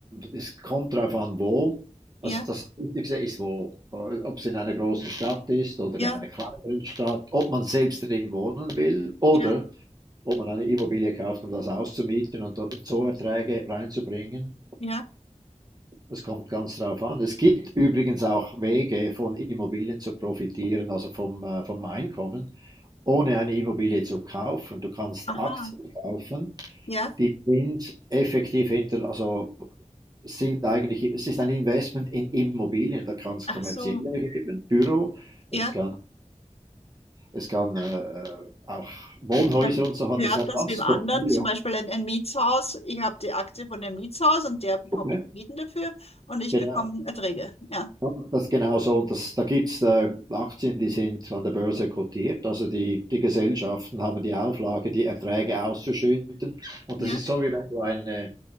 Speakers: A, on the right (about 30°); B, on the left (about 55°).
A: Es kommt darauf an, wo. Also
B: Ja,
A: das Wichtigste ist wo. Äh, Ob es in einer großen Stadt ist oder
B: ja,
A: in einer kleineren Stadt, ob man selbst drin wohnen will oder
B: ja,
A: ob man eine Immobilie kauft, um das auszumieten und so Erträge reinzubringen.
B: ja.
A: Das kommt ganz darauf an. Es gibt übrigens auch Wege, von Immobilien zu profitieren, also vom, äh, vom Einkommen, ohne eine Immobilie zu kaufen. Du kannst
B: Aha,
A: Aktien kaufen
B: ja.
A: die sind effektiv hinter, also sind eigentlich, es ist ein Investment in Immobilien, da kann es
B: Ach
A: kommerzielle
B: so,
A: geben, Büro,
B: ja.
A: es kann, es kann äh, äh, auch Wohnhäuser
B: Man
A: und so hat,
B: hört
A: das ist ein
B: das
A: ganzes
B: beim anderen,
A: Portfolio.
B: zum Beispiel ein, ein Mietshaus. Ich habe die Aktie von dem Mietshaus und der bekommt
A: Okay.
B: halt Mieten dafür und ich
A: Genau,
B: bekomme Erträge. Ja.
A: ja, das genau so. Und das, da gibt es äh, Aktien, die sind an der Börse kotiert, also die, die Gesellschaften haben die Auflage, die Erträge auszuschütten. Und
B: Ja.
A: das ist so, wie wenn du eine,